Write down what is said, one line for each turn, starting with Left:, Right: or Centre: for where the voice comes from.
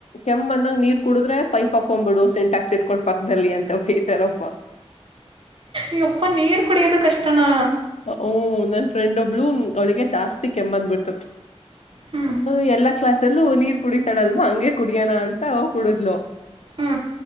Left: ಕೆಮ್ಮ್ ಬಂದಾಗ ನೀರ್ ಕುಡುದ್ರೆ ಪೈಪ್ ಹಾಕೊಂಡ್ಬಿಡು ಸೆಂಟ್ಯಾಕ್ಸ್ ಇಟ್ಕೊಂಡು ಪಕ್ಕದಲ್ಲಿ ಅಂತ ಬೈತಾರಪ್ಪ.
Right: ಈ ಒಪ್ಪ ನೀರು ಕುಡಿಯೋದ ಕಷ್ಟನಾ
Left: ಹು ನನ್ ಫ್ರೆಂಡ್ ಒಬ್ಳು ಅವಳಿಗೆ ಜಾಸ್ತಿ ಕೆಮ್ಮ್ ಬಂದ್ ಬಿಡ್ತು
Right: ಹ್ಞೂ
Left: ಹು ಎಲ್ಲಾ ಕ್ಲಾಸ್ಸ್ನಲ್ಲೂ ನೀರ್ ಕುಡಿತಾಳಲ್ವ ಹಂಗೆ ಕುಡಿಯೋಣ ಅಂತ ಕುಡುದ್ಲು <unintelligible> <inaudible>
Right: ಹ್ಞೂ